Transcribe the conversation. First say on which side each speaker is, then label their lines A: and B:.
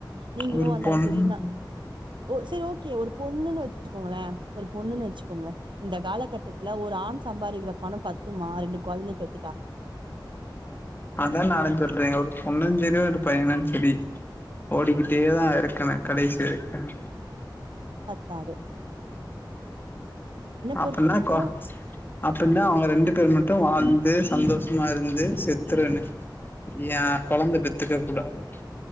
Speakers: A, on the right; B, on the left.
A: நீங்களும்
B: ஒரு
A: அந்தா
B: பொண்
A: செரினா ஒகே சரி ஓகே ஒரு பொண்ணுன்னு வச்சக்கோங்களேன் ஒரு பொண்ணுனு வெச்சுக்கோங்கலே இந்த காலகட்டத்துல ஒரு ஆண் சம்பாதிக்கிற பணம் பத்துமா ரெண்டு குழந்தை பெத்
B: அதா நானு சொல்றே ஒரு பொண் பொண்ணு செரி ஒரு பயனும் சரி ஓடிக்கிட்டேதான் இருக்கணும் கடைசிவரிக்கும்
A: பாடு
B: அப்படின்னா
A: பொறுத்த வரைக்கு
B: அவங்க ரெண்டு பேர் மட்டும் வாழ்ந்து சந்தோஷமா இருந்து செத்துருன்னும் யான் குழந்த பெத் பெத்துக்ககூடாது